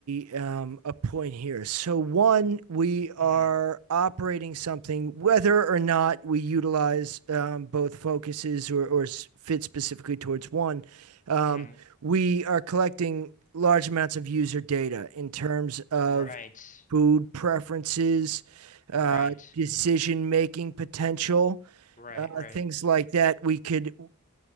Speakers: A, on the right; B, on the left.
A: a um, a point here. So one, we are
B: Hmm.
A: operating something, whether or not we utilize um, both focuses or, or fit specifically towards one. Um,
B: mm,
A: we are collecting large amounts of user data in terms of
B: right,
A: food preferences, uh,
B: right,
A: decision making potential,
B: right,
A: uh,
B: right.
A: things like that. We could